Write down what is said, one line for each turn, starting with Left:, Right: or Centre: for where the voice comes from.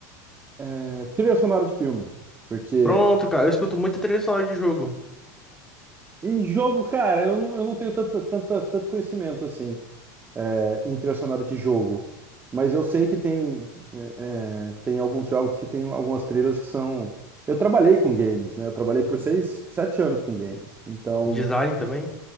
Right: É, trilha sonora de filme. Porque
Centre: Pronto, cara. Eu escuto muito trilha sonora de jogo.
Right: em jogo, cara, eu não, eu não tenho tanto, tanto, tanto conhecimento assim é, em trilha sonora de jogo. Mas eu sei que tem, é, é, tem alguns jogos que tem algumas trilhas que são. Eu trabalhei com games, né? Eu trabalhei por
Centre: Uhum.
Right: seis, sete anos com games. Então,
Centre: Design também?